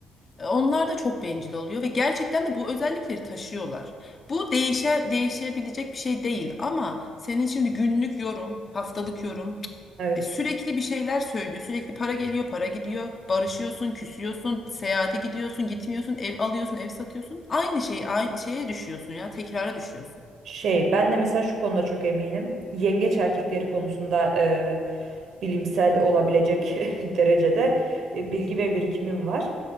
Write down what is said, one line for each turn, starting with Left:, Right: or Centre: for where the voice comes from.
Left: E, Onlar da çok bencil oluyor ve gerçekten de bu özellikleri taşıyorlar. Bu değişe, değişebilecek bir şey değil ama senin şimdi günlük yorum, haftalık yorum
Right: Evet.
Left: e, sürekli bir şeyler söylüyor. Sürekli para geliyor, para gidiyor. Barışıyorsun, küsüyorsun, seyahate gidiyorsun, gitmiyorsun, ev alıyorsun, ev satıyorsun. Aynı şey, aynı şeye düşüyorsun ya, tekrara düşüyorsun.
Right: Şey ben de mesela şu konuda çok eminim. Yengeç erkekleri konusunda e, bilimsel olabilecek <laughs> derecede e, bilgi ve birikimim var.